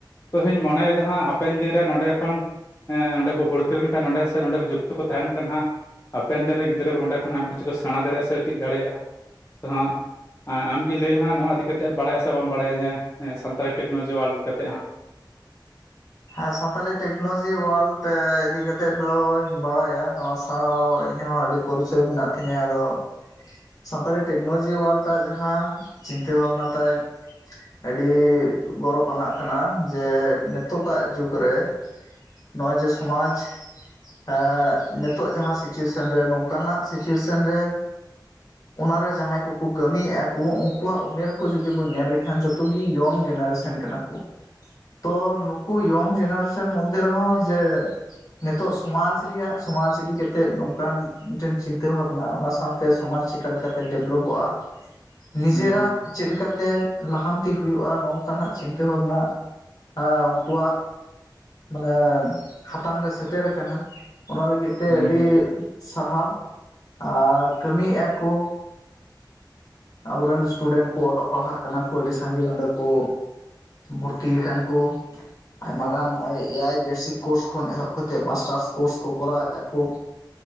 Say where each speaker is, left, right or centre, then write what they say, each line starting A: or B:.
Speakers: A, on the left; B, on the left.
A: <unintelligible> ᱢᱚᱱᱮᱭᱮᱫᱟ ᱦᱟᱸᱜ ᱦᱟᱯᱮᱱ ᱫᱤᱱ ᱨᱮ ᱱᱚᱰᱮ ᱠᱷᱚᱱ <unintelligible> ᱱᱚᱸᱰᱮ ᱵᱷᱚᱨᱛᱤ ᱞᱮᱱᱠᱷᱟᱱ ᱱᱚᱸᱰᱮ ᱥᱮ ᱱᱚᱸᱰᱮ ᱡᱩᱠᱛᱚ ᱠᱚ ᱛᱟᱦᱮᱱ ᱠᱷᱟᱱ ᱦᱟᱸᱜ ᱦᱟᱯᱮᱱ ᱫᱤᱱ ᱨᱮᱱ ᱜᱤᱫᱽᱨᱟᱹ ᱠᱚ ᱱᱚᱸᱰᱮ ᱠᱷᱚᱱ ᱟᱭᱢᱟ ᱠᱤᱪᱷᱩ ᱠᱚ ᱥᱮᱬᱟ ᱫᱟᱲᱮᱭᱟᱜᱼᱟ ᱥᱮ ᱪᱮᱫ ᱫᱟᱲᱮᱭᱟᱜᱼᱟ ᱛᱚ ᱦᱟᱸᱜ ᱟᱢᱜᱮ ᱞᱟᱹᱭ ᱢᱮ ᱦᱟᱜ ᱱᱚᱣᱟ ᱤᱫᱤ ᱠᱟᱛᱮᱫ ᱵᱟᱲᱟᱭᱟ ᱥᱮ ᱵᱟᱢ ᱵᱟᱲᱟᱭᱟ ᱧᱟ ᱥᱟᱱᱛᱟᱲᱤ ᱴᱮᱠᱱᱳᱞᱚᱡᱤ ᱚᱣᱟᱞᱰ ᱤᱫᱤ ᱠᱟᱛᱮᱫ ᱦᱟᱸᱜ᱾
B: ᱦᱮᱸ ᱥᱟᱱᱛᱟᱞᱤ ᱴᱮᱠᱱᱳᱞᱚᱡᱤ ᱳᱣᱟᱨᱞᱰ ᱤᱫᱤ ᱠᱟᱛᱮᱫ ᱫᱚᱧ ᱵᱟᱲᱟᱭᱟ ᱱᱚᱣᱟ ᱥᱟᱶ ᱤᱧ ᱦᱚᱸ ᱟᱹᱰᱤ ᱯᱚᱨᱤᱪᱚᱭ ᱢᱮᱱᱟᱜ ᱛᱤᱧᱟᱹ ᱟᱫᱚ ᱥᱟᱱᱛᱟᱲᱤ ᱴᱮᱠᱱᱳᱞᱚᱡᱤ ᱚᱣᱟᱞᱰᱟᱜ ᱡᱟᱦᱟᱸ ᱪᱤᱱᱛᱟᱹ ᱵᱷᱟᱵᱽᱱᱟ ᱛᱟᱭ ᱟᱹᱰᱤ ᱜᱚᱨᱚᱵᱽ ᱟᱱᱟᱜ ᱠᱟᱱᱟ ᱡᱮ ᱱᱤᱛᱚᱜᱟᱜ ᱡᱩᱜᱽ ᱨᱮ ᱱᱚᱜᱚᱭ ᱡᱮ ᱥᱚᱢᱟᱡᱽ᱾ <unintelligible> ᱱᱤᱛᱚᱜᱜ ᱡᱟᱦᱟᱸ ᱥᱤᱪᱩᱭᱮᱥᱚᱱ ᱨᱮ ᱱᱚᱝᱠᱟᱱᱟᱜ ᱥᱤᱪᱩᱭᱮᱥᱚᱱ ᱨᱮ ᱚᱱᱟᱨᱮ ᱡᱟᱦᱟᱸᱭ ᱠᱚᱠᱚ ᱠᱟᱹᱢᱤᱭᱮᱫᱼᱟ ᱠᱚ ᱩᱱᱠᱩᱣᱟᱜ ᱩᱢᱮᱨ ᱠᱚ ᱡᱩᱫᱤ ᱵᱚᱱ ᱧᱮᱞ ᱞᱮᱠᱷᱟᱱ ᱡᱚᱛᱚ ᱜᱤ ᱤᱭᱚᱝ ᱡᱮᱱᱟᱨᱮᱥᱮᱱ ᱠᱟᱱᱟ ᱛᱚ ᱱᱩᱠᱩ ᱤᱭᱚᱝ ᱡᱮᱱᱟᱨᱮᱥᱚᱱ ᱢᱚᱫᱽᱫᱷᱮ ᱨᱮᱦᱚᱸ ᱡᱮ ᱱᱤᱛᱚᱜ ᱥᱚᱢᱟᱡᱽ ᱨᱮᱭᱟᱜ ᱥᱚᱢᱟᱡᱽ ᱤᱫᱤ ᱠᱟᱛᱮᱜ ᱱᱚᱝᱠᱟᱱ ᱢᱤᱫᱴᱮᱱ ᱪᱤᱱᱛᱟᱹ ᱵᱷᱟᱵᱱᱟ ᱚᱱᱟ ᱥᱟᱶᱛᱮ᱾ ᱛᱮ ᱥᱚᱢᱟᱡᱽ ᱪᱮᱠᱟ ᱞᱮᱠᱟᱛᱮ ᱰᱮᱵᱷᱞᱚᱯᱚᱜᱼᱟ ᱱᱤᱡᱮᱨᱟᱜ
A: ᱦᱩᱸ ᱦᱩᱸ
B: ᱪᱮᱫ ᱞᱮᱠᱟᱛᱮ ᱞᱟᱦᱟᱱᱛᱤ ᱦᱩᱭᱩᱜᱼᱟ ᱱᱚᱝᱠᱟᱱᱟᱜ ᱪᱤᱱᱛᱟᱹ ᱵᱷᱟᱵᱱᱟ᱾ ᱟᱠᱚᱣᱟᱜ ᱢᱟᱱᱮ ᱦᱟᱛᱟᱝ ᱨᱮ ᱥᱮᱴᱮᱨ ᱟᱠᱟᱱᱟ ᱚᱱᱟ ᱞᱟᱹᱜᱤᱫᱽ ᱛᱮ
A: ᱦᱩᱸ
B: ᱟᱹᱰᱤ
A: ᱦᱩᱸ
B: ᱥᱟᱨᱦᱟᱣ ᱟᱨ ᱠᱟᱹᱢᱤᱭᱮᱫᱼᱟ ᱠᱚ ᱟᱵᱚᱨᱮᱱ ᱥᱴᱩᱰᱮᱱᱴ ᱠᱚ ᱚᱞᱚᱜ ᱯᱟᱲᱦᱟᱜ ᱠᱟᱱᱟ ᱠᱚ ᱟᱹᱰᱤ ᱥᱟᱸᱜᱮ ᱚᱸᱰᱮ ᱠᱚ ᱵᱷᱚᱨᱛᱤ ᱟᱠᱟᱱ ᱠᱩ ᱟᱭᱢᱟ ᱜᱟᱱ <unintelligible> ᱮᱭᱟᱭ ᱵᱮᱥᱠ ᱠᱳᱨᱥ ᱠᱷᱚᱱ ᱮᱦᱚᱵ ᱠᱟᱛᱮᱜ ᱢᱟᱥᱴᱟᱨᱥ ᱠᱳᱨᱥ ᱠᱚ ᱠᱚᱨᱟᱣ ᱮᱫᱼᱟ ᱠᱚ <inaudible>